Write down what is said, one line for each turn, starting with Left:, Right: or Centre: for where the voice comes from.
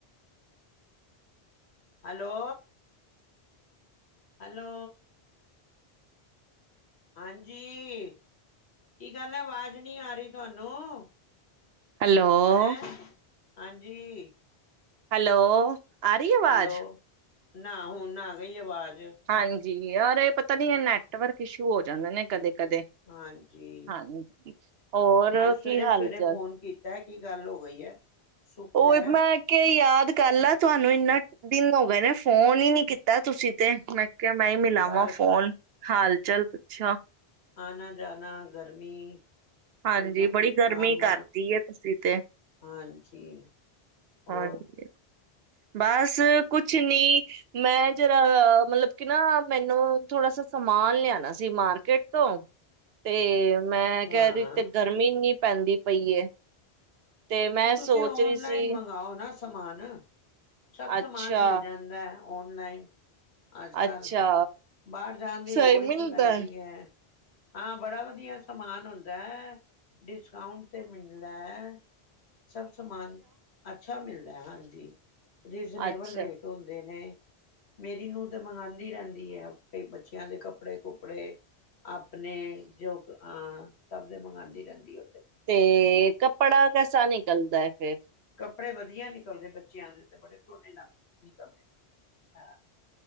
Left: ਹੈਲੋ ਹੈਲੋ ਹਾਂਜੀ, ਕੀ ਗੱਲ ਅਵਾਜ਼ ਨਹੀਂ ਆ ਰਹੀ ਤੁਹਾਨੂੰ,
Right: ਹੈਲੋ,
Left: ਹੈੰ ਹਾਂਜੀ
Right: ਹੈਲੋ ਆ ਰਹੀ ਹੈ ਆਵਾਜ਼?
Left: ਹੈਲੋ ਨਾ ਹੁਨ ਆ ਗਈ ਆਵਾਜ਼।
Right: ਹਾਂਜੀ, ਯਾਰ ਇਹ ਪਤਾ ਨੀ ਇਹ ਨੈ ਨੈਟਵਰਕ ਇਸ਼ੂ ਹੋ ਜਾਂਦੇ ਨੇ ਕਦੇ ਕਦੇ,
Left: ਹਾਂਜੀ
Right: ਹਾਂਜੀ ਹੋਰ
Left: ਅੱਜ ਸਵੇਰੇ-ਸਵੇਰੇ
Right: ਕੀ ਹਾਲ ਚਾਲ?
Left: ਫੋਨ ਕੀਤਾ? ਕੀ ਗੱਲ ਹੋ ਗਈ ਹੈ ਸੁੱਖ
Right: ਉਹ
Left: ਹੈ
Right: ਮੈਂ ਕਿਹਾ ਯਾਰ ਗੱਲ ਆ ਤੁਹਾਨੂੰ ਇੰਨਾ ਦਿਨ ਹੋ ਗਏ ਨੇ ਫੋਨ ਹੀ ਨੀ ਕੀਤਾ ਤੁਸੀਂ ਤੇ ਮੈਂ ਕਿਹਾ ਮੈਂ ਮਿਲਾਵਾਂ
Left: ਬਸ
Right: ਫੋਨ ਹਾਲ ਚਾਲ ਪੁੱਛਿਆ
Left: ਆਨਾ ਜਾਨਾ ਗਰਮੀ
Right: ਹਾਂਜੀ
Left: ਕੋਈ ਨਾ
Right: ਬੜੀ
Left: ਕੋਈ
Right: ਗਰਮੀ
Left: ਕੰਮ
Right: ਕਰਦੀ ਹੈ ਤੁਸੀਂ ਤੇ
Left: ਹਾਂਜੀ ਹੋਰ
Right: ਹਾਂਜੀ ਬਸ ਕੁਛ ਨੀ ਮੈਂ ਜਰਾ ਮਤਲਬ ਕਿ ਨਾ ਮੈਨੂੰ ਥੋੜਾ ਸ ਸਮਾਨ ਲਿਆਣਾ ਸੀ ਮਾਰਕੀਟ ਤੋਂ ਤੇ ਮੈਂ
Left: ਹਾਂ
Right: ਕਹਿ ਰ ਤੇ ਗਰਮੀ ਇੰਨੀ ਪੈਂਦੀ ਪਈ ਮੈਂ
Left: ਤੇ ਤੁਸੀਂ
Right: ਸੋਚ
Left: ਓਨਲਾਈਨ
Right: ਰਹੀ ਸੀ
Left: ਮੰਗਵਾਓ ਨਾ ਸਮਾਨ ਸਭ
Right: ਅੱਛਾ
Left: ਸਮਾਨ ਮਿਲ ਜਾਂਦਾ ਹੈ ਔਨਲਾਈਨ ਅੱਜ
Right: ਅੱਛਾ
Left: ਕੱਲ੍ਹ ਬਾਹਰ ਜਾਣ ਦੀ
Right: ਸਹੀ
Left: ਲੋੜ ਹੀ
Right: ਮਿਲਦਾ
Left: ਨਹੀਂ ਪੈਂਦੀ ਹੈ ਹਾਂ ਬੜਾ ਵਧੀਆ ਸਮਾਨ ਹੁੰਦਾ ਹੈ ਡਿਸਕਾਊਂਟ ਤੇ ਮਿਲਦਾ ਹੈ ਸਭ ਸਮਾਨ ਅੱਛਾ ਅੱਛਾ ਮਿਲਦਾ ਹੈ ਹਾਂਜੀ ਰੀਜ਼ਨੇਬਲ
Right: ਅੱਛਾ
Left: ਰੇਟ ਹੁੰਦੇ ਨੇ ਮੇਰੀ ਨੂੰਹ ਤੇ ਮੰਗਵਾਉਂਦੀ ਰਹਿੰਦੀ ਹੈ ਬੱਚਿਆਂ ਦੇ ਕੱਪੜੇ ਕੁਪੜੇ ਆਪਣੇ ਜੋ ਅਹ ਸਭ ਦੇ ਮੰਗਾਉਂਦੀ ਰਹਿੰਦੀ ਹ
Right: ਤੇ ਕੱਪੜਾ ਕੈਸਾ ਨਿਕਲਦਾ ਹੈ ਤੇ
Left: ਕੱਪੜੇ ਵਧੀਆ ਨਿਕਲਦੇ ਬੱਚਿਆਂ ਦੇ ਤੇ ਬੜੇ ਸੋਹਣੇ ਲੱਗਦੇ ਨਿਕਲਦੇ ਨੇ